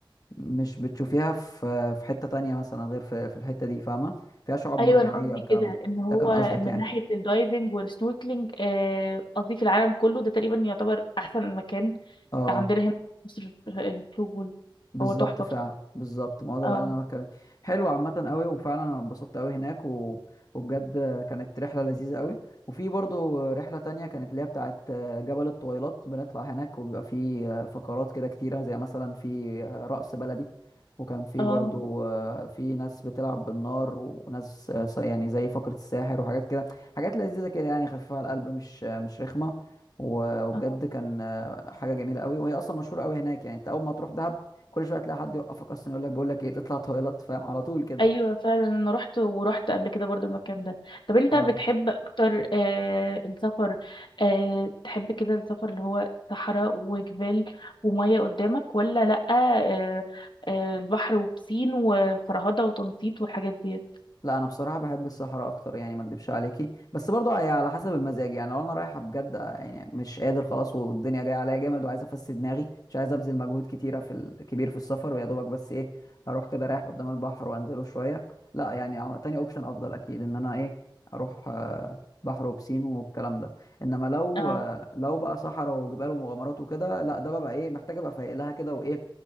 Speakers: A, on the left; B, on the left.
A: مش بتشوفيها في في حته تانية مثلا غير في في الحته دي فاهمه فيها شعاب
B: ايوه
A: مرجانيه
B: انا قصدي
A: والكلام
B: كده
A: ده
B: ان هو
A: ده كان قصدك
B: من
A: يعني
B: ناحيه الدايفنج والسنوركلينج آه، قصدي في العالم كله ده تقريبا يعتبر احسن مكان
A: اه
B: عندنا هنا في مصر آه، البلو هول
A: بالظبط
B: هو تحفه
A: فعلا
B: بصراحه
A: بالظبط ما هو ده
B: اه
A: بقى اللي انا بتكلم حلو عامه قوي وفعلا انا اتبسطت قوي هناك و... وبجد كانت رحله لذيذه قوي وفي برضه رحله تانية كانت اللي هي بتاعه جبل الطويلات بنطلع هناك وبيبقى في فقرات كده كتيره زي مثلا في رقص بلدي وكان في
B: اه
A: برضه في ناس بتلعب بالنار وناس س- يعني زي فقره الساحر وحاجات كده حاجات لذيذه كده يعني خفيفه على القلب مش مش رخمه و- وبجد
B: اه
A: كان حاجه جميله قوي وهي اصلا مشهوره قوي هناك يعني انت اول ما تروح دهب كل شويه تلاقي حد يوقفك اصلا يقول لك بقول لك ايه تطلع تويلت فاهم على طول كده
B: ايوه فعلا انا رحت ورحت قبل كده برضو المكان ده طب انت
A: اه
B: بتحب اكتر آه السفر آه تحب كده السفر اللي هو صحراء وجبال وميه قدامك ولا لأ آه آه البحر وبسين وفرهدة وتنطيط والحاجات دي
A: لا انا بصراحه بحب الصحراء اكتر يعني ما اكدبش عليكي بس برضه هي على حسب المزاج يعني لو انا رايحه بجد آه، يعني مش قادر خلاص والدنيا جايه عليا جامد وعايز افسد دماغي مش عايز ابذل مجهود كتيره في الكبير في السفر ويا دوبك بس ايه اروح كده رايح قدام البحر وانزله شويه لا يعني على- تاني اوبشن افضل اكيد ان انا ايه اروح آه، بحر وبسين والكلام ده انما لو
B: اه
A: آه، لو بقى صحراء وجبال ومغامرات وكده لا ده ببقى ايه محتاج ابقى فايق لها كده وايه